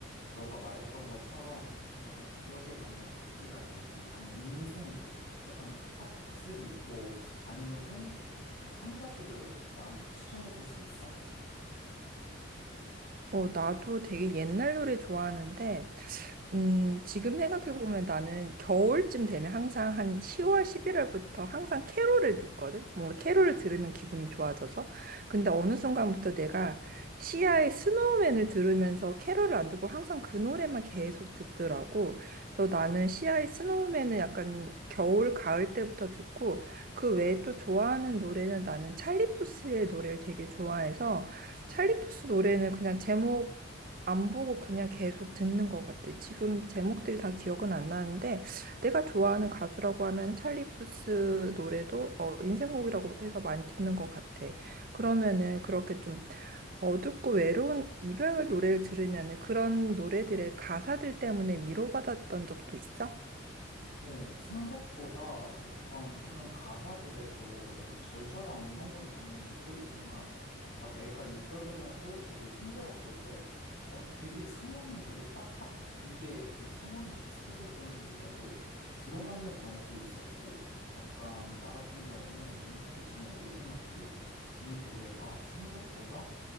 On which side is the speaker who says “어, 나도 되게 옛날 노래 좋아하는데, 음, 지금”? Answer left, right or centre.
Right